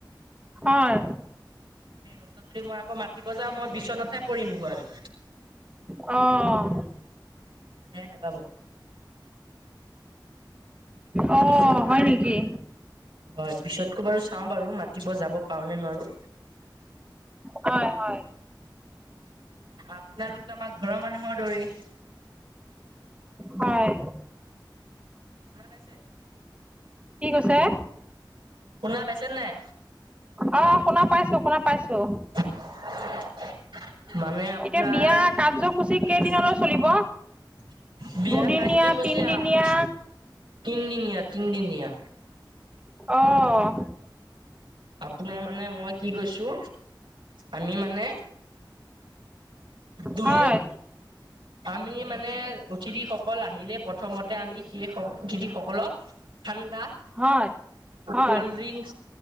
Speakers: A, on the right; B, on the right.
A: হয়।
B: এইেই ৰ'দত যদি মই আকৌ মাতিব যাওঁ মই বিচনাতহে পৰিমগৈ আৰু
A: অঁ
B: বেয়া নাপাব।
A: অ
B: বুজিছে
A: হয় নেকি।
B: হয় পিছতকো বাৰু চাওঁ বাৰু মাতিব যাব পাৰো নে নোৱাৰো।
A: হয় হয়।
B: আপোনালোকো আমাৰ ঘৰৰ মানুহৰ দৰেই।
A: হয়।
B: সোমাই পাইছে।
A: কি কৈছে।
B: শুনা পাইছে নাই।
A: অ শুনা পাইছো শুনা পাইছো।
B: <unintelligible> মানে আপোনাৰ।
A: এতিয়া বিয়া কাৰ্যসূচী
B: বিয়া
A: কেইদিনলৈ চলিব দুদিনীয়া
B: কাৰ্যসূচী
A: তিনিদিনীয়া
B: তিনদিনীয়া তিনদিনীয়া।
A: অ
B: আপোনাৰ মানে মই কি কৈছো আমি মানে, দৈ,
A: হয়
B: আমি মানে অতিথি সকল আহিলে প্ৰথমতে আমি সেই অতিথি সকলক। ঠাণ্ডা
A: হয় হয়
B: কল্ড্ৰিংক।